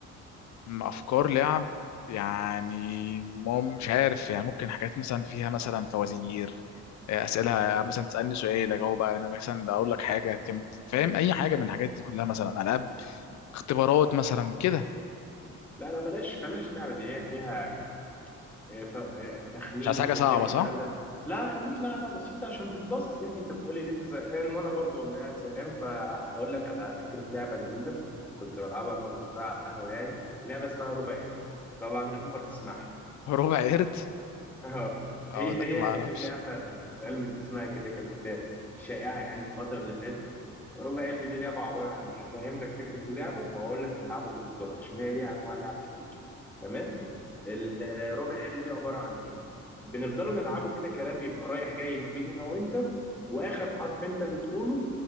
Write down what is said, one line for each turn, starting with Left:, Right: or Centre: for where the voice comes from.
Left: مع افكار لعب يعني ما- مش عارف يعني ممكن حاجات مثلا فيها مثلا فوازير آه، اسئله آه، مثلا تسالني سؤال اجاوب انا مثلا اقول لك حاجه كم- فاهم اي حاجه من الحاجات دي كلها مثلا العاب اختبارات مثلا كده
Centre: لا لا بلاش بلاش لعب اللي هي فيها يعني آه، ف- آه، تخمين
Left: مش عايز
Centre: وذكاء
Left: حاجه صعبه
Centre: والكلام
Left: صح
Centre: ده لا خليك لعبه بسيطه عشان تتبسط يعني انت بتقولي ان انت زهقان وانا برضو والله قاعد زهقان فهقول لك على فكره لعبه جميله كنت بلعبها انا واصدقائي على القهوه يعني لعبه اسمها ربع قرد طبعا اول مره تسمعها
Left: <laughs> ربع قرد
Centre: اه
Left: اه
Centre: هي
Left: لا
Centre: هي
Left: ما اعرفش
Centre: اللعبة بتتقال من اسمها كده كانت شائعة يعني الفترة اللي فاتت ربع قلب دي لعبة عبارة عن ايه هفهم لك فكرة اللعبة وهقول لك هنلعبه ايه بالظبط عشان هي ليها انواع لعب كتير تمام الربع قلب دي عبارة عن ايه بنفضلوا نلعبه كده كلام بيبقى رايح جاي ما بين انا وانت واخر حرف انت بتقوله